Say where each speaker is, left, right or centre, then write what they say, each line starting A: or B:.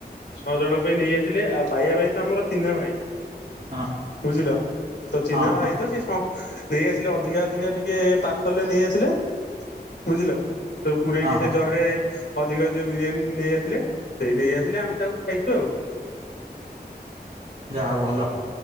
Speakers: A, on the left; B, on the right.
A: ଛଅ ଜଣ ପାଇଁ ନେଇ ଆସିଲେ ଆଉ ଭାଇଆ ଭାଇ ତ ଆମର ଚିହ୍ନା ଭାଇ।
B: ହଁ
A: ବୁଝିଲ ତ ଚିହ୍ନା
B: ହଁ
A: ଭାଇ ତ ଶି ନେଇ ଆସିଲେ ଅଧିକା ଅଧିକା ଟିକେ ପାର୍ସଲରେ ନେଇ ଆସିଲେ ବୁଝିଲ। ତ ପୁରଇକି
B: ହଁ
A: ସେ
B: ହଁ
A: ଜରିରେ ଅଧିକ ଅଧିକ ବିରିୟାନୀ ନେଇଆସିଲେ ସେଇ ନେଇ ଆସିଲେ ଆମେ ତାକୁ ଖାଇଛୁ ଆଉ
B: ଯାହା ଭଲ